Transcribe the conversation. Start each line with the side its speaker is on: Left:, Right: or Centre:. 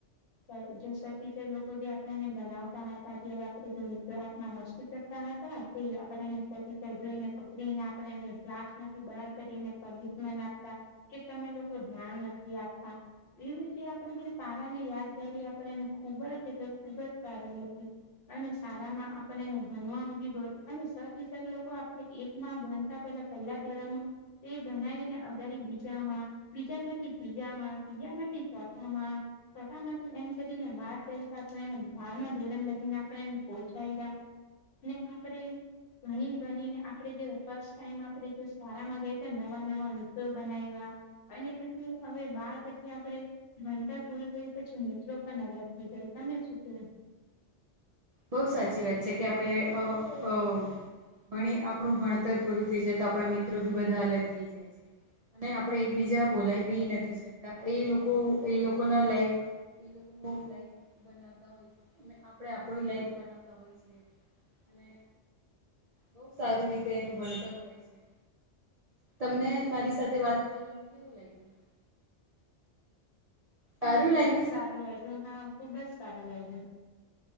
Left: <unintelligible> ટીચર લોકો જે આપણા ને ભણાવતા હતા ત્યારે આપણે જે મિત્રો હાથ ના મસ્તી કર તા હતા તે આપણને સ ટચર જોઈને પકડીને આપણને ક્લાસ માંથી બહાર કાઢીને પની <unintelligible> આપતા કે તમે લોકો ધ્યાન નથી આપતા એવી તે આપણી જે સારા ની યાદગારી આપણેને ખૂબ જ એટલે ખૂબ જ સારી હતી અને શાળામા આપડે ને ભણવાનું બી <unintelligible> અને સર્તિસર લોકો આપ એક માં ભણતા પેલા પહેલા <unintelligible> તે ભણાવીને અગારી બીજામાં બીજામાંથી ત્રીજામાં ત્રીજામાંથી ચોથ માં સટા માંથી એમ કરીને બાર કરીતા પહેલા બારમાં ધોરણ <unintelligible> પોચી કઈરા ને આપડે. ઘણી બનીને આપણે જે ફર્સ્ટ ટાઈમ આપણે જે શાળામાં ગઈતા નવા-નવા મિત્રો બનાવ્યા અને પછી હવે બાર પછી આપડે ભણતર પૂરું થય પછી મિત્રો પણ અલગ થઈ ગયા તમે શુ કેવુ
Right: બઉ સાચી વાત છે કે આપડે અ-અ ભણી આપણું ભણતર પૂરું થઈ જાય તો આપણા મિત્રો બી બધા અલગ થઈ જાય છે. અને આપણે એકબીજા બોલાય પી નથી શકતા એ લોકો એ લોકો ના લાઈફ એ લોકો લાઈફ બનાવતા હોય મે આપડે આપણી લાઈફ બનાવતા હોય છે અને. બહુ સારું રીતે એમ ભણતર હોય છે. તમને મારી સાથે વાત કરવાનું કેવું લાગ્યું? સારું
Left: હા ખુબ
Right: લાગ્યું
Left: જ સારું લાગ્યું હા ખુબજ સારું લાગ્યું.